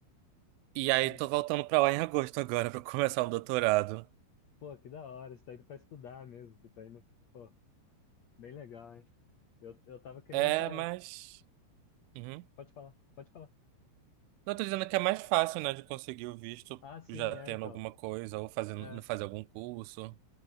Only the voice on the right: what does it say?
E aí
tô voltando pra lá em agosto agora pra começar o doutorado.
É,
mas. Uhum.
Não tô dizendo que é mais fácil, né, de conseguir o visto
já
tendo
alguma coisa ou fazendo,
fazer algum curso.